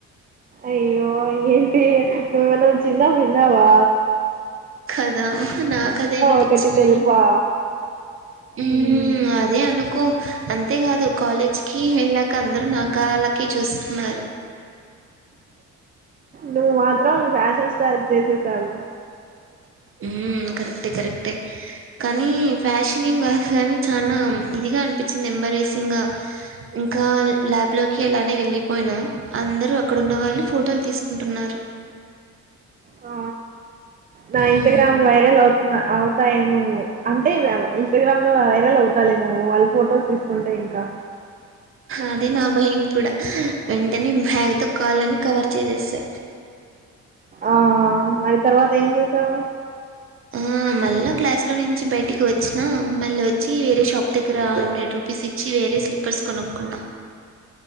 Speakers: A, on the right; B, on the right.
A: అయ్యో అయ్య టి నువ్వు ఏం అన చిన్నపి పిల్ల వా
B: కదా నాకదే అనిపిచింది
A: ఒకటి తెలుపా
B: ఉమ్
A: మ్మ్.
B: అదే అను కు అంతేకాదు కాలేజ్ కి వెళ్ళాక అందరు నాకాళ్ళకి చూస్తున్నారు
A: నువ్వు మాత్రం ఫ్యాషన్ స్టార్ట్ చేసేసావు
B: ఉమ్ కరెక్టే కరెక్టే కానీ ఫ్యాషనింగ్ కాదు కానీ చానా ఇదిగా అనిపించింది ఎంబారిసింగ్గా ఇంకా ల్యాబ్ లోకి ఎలానే వెళ్ళిపోయినా అందరు అక్కడున్న వాళ్ళు ఫోటోలు తీసుకుంటున్నారు
A: ఆ నా ఇన్స్టాగ్రామ్
B: మ్మ్
A: వైరల్ అవ్ న అవుతాయి నువ్వు అంటే ఇన్స్టాగ్రామ్ లో వైరల్ అవుతా లే నువ్వు వాళ్ళు ఫొటోస్ తీసుకుంటే ఇంకా
B: అదే నా భయం కూడా వెంటనే బ్యాగ్ తో కాళ్ళని కవర్ చేసేసా
A: ఆ మరి తర్వాత ఏం చేసావు
B: ఆ మళ్ళా క్లాస్ లో నుంచి బయటికి వచ్చిన మళ్ళీ వచ్చి వేరే షాప్ దగ్గర హండ్రెడ్ రూపీస్ ఇచ్చి వేరే స్లిప్పర్స్ కొనుక్కున్నా